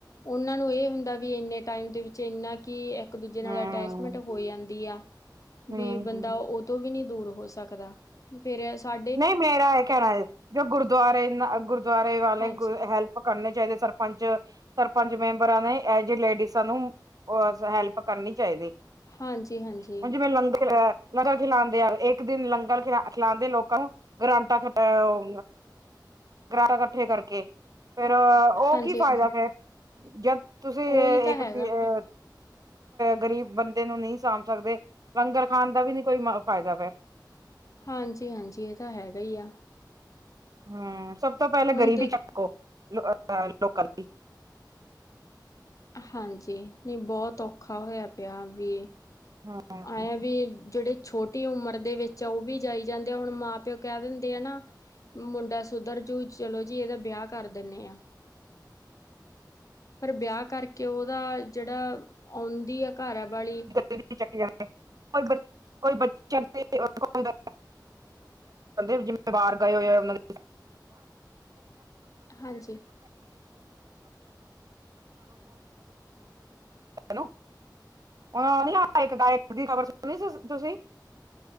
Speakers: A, on the left; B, on the right.
A: ਓਨਾ ਨੂੰ ਇਹ ਹੁੰਦਾ ਵੀ ਇੰਨੇ ਟਾਈਮ ਦੇ ਵਿੱਚ ਏਨਾ ਕੀ ਇੱਕ- ਦੂਜੇ ਨਾਲ
B: ਹੂੰ
A: ਅਟੈਚਮੈਂਟ ਹੋ ਜਾਂਦੀ ਆ।
B: ਹੂੰ
A: ਵੀ ਬੰਦਾ ਓਤੋਂ ਵੀ ਨੀ ਦੂਰ ਹੋ ਸਕਦਾ। ਫਿਰ ਐ ਸਾ
B: ਨਈ ਮੇਰਾ ਏ ਕੈਂਣਾ ਏ ਜੋ ਗੁਰਦੁਆਰੇ ਇਨਾ ਗੁਰਦੁਆਰੇ ਵਾਲੇ
A: ਹਾਂਜੀ
B: ਕੋ ਗੁਰ ਹੈਲ ਪ ਕਰਨੇ ਚਾਈਦੇ ਸਰਪੰਚ-ਸਰਪੰਚ ਮੈਂਬਰਾਂ ਨੇ ਐ ਜੇ ਲੇਡੀਸਾਂ ਨੂੰ ਓ ਸ ਹੈਲਪ ਕਰਨੀ ਚਾਈਦੀ ਹੁਣ
A: ਹਾਂਜੀ ਹਾਂਜੀ
B: ਜਿਵੇਂ ਲੰਗਰ ਲ ਲੰਗਰ ਖਿਲਾਂਦੇ ਆ ਇੱਕ ਦਿਨ ਲੰਗਰ ਖਿਲਾ ਖਿਲਾਂਦੇ ਲੋਕ ਓ ਗਰਾਂਟਾ ਓ ਗਰਾਰਾ ਕੱਠੇ ਕਰਕੇ ਫਿਰ ਅ ਓ
A: ਹਾਂਜੀ
B: ਕੀ ਫ਼ਾਇਦਾ
A: ਹਾਂਜੀ
B: ਫਿਰ ਜਦ ਤੁਸੀਂ
A: ਉਹੀ ਤਾਂ
B: ਇੱਕ
A: ਹੈਗਾ
B: ਏ
A: ਨਾ
B: ਗ਼ਰੀਬ ਬੰਦੇ ਨੂੰ ਨਈ ਸਾਂਭ ਸਕਦੇ ਲੰਗਰ ਖਾਣ ਦਾ ਵੀ ਨੀ ਕੋਈ ਫਾਇਦਾ ਫਿਰ
A: ਹਾਂਜੀ-ਹਾਂਜੀ ਏ ਤਾਂ ਹੈਗਾ ਈ ਆ।
B: ਹੂੰ ਸਭ ਤੋਂ ਪੈਲਾਂ
A: ਹੁਣ
B: ਗਰੀਬੀ
A: ਦੇਖ
B: ਚੱਕੋ ਲੋਕਲ ਦੀ
A: ਹਾਂਜੀ ਨਈ ਬੋਤ ਔਖਾ ਹੋਇਆ ਪਿਆ ਵੀ
B: ਹੂੰ
A: ਐ ਵੀ ਜੇੜੇ ਛੋ ਟੀ ਉਮਰ ਦੇ ਵਿੱਚ ਓ ਵੀ ਜਾਈ ਜਾਂਦੇ ਆ ਹੁਣ ਮਾਂ-ਪਿਓ ਕੈ ਦਿੰਦੇ ਆ ਨਾ ਮੁੰਡਾ ਸੁਧਰ ਜੂ ਚਲੋ ਜੀ ਏਦਾ ਵਿਆਹ ਕਰ ਦਿੰਨੇ ਆ। ਪਰ ਵਿਆਹ ਕਰਕੇ ਓਦਾ ਜੇੜਾ ਆਉਂਦੀ ਆ ਘਰਵਾਲੀ
B: <inaudible> ਕੋਈ ਬੱਚੇ <unintelligible> ਕਿਵੇਂ ਜਿੰਮੇਵਾਰ ਗਏ ਹੋਏ ਉਨਾਂ ਦੇ
A: ਹਾਂਜੀ
B: <inaudible> <inaudible> ਹੁਣ ਨੀ ਹਾ ਇੱਕ ਗਾਇਕ ਦੀ ਖਬਰ ਸੁਣੀ ਸੀ ਤੁਸੀਂ